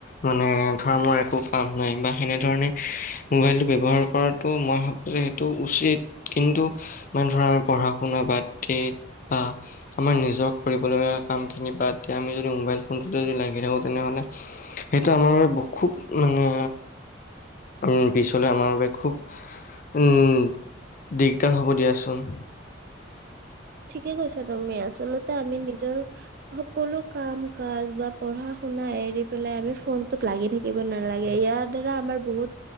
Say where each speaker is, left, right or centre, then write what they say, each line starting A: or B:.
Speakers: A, on the left; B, on the right.
A: মানে ধৰা মোৰ একো কাম নাই বা সেনেধৰণে মোবাইলটো ব্যৱহাৰ কৰাতো মই ভা সেইটো উচিত কিন্তু মানে ধৰা আমি পঢ়া শুনা বাত বা আমাৰ নিজৰ কৰিবলগীয়া কামখিনি বা তেতিয়া আমি যদি মোবাইল ফোনটো যদি লাগি থাকো তেনেহ'লে সেইটো আমাৰ বাবে খুব মানে উ পিছলে আমাৰ বাবে খুব উম দিগদাৰ হ'ব দিয়াচোন
B: ঠিকে কৈছা তুমি আচলতে আমি নিজৰ সকলো কাম কাজ বা পঢ়া শুনা এৰি পেলাই আমি ফোনটোত লাগি থা থাকিব নালাগে ইয়াৰ দ্বাৰা আমাৰ বহুত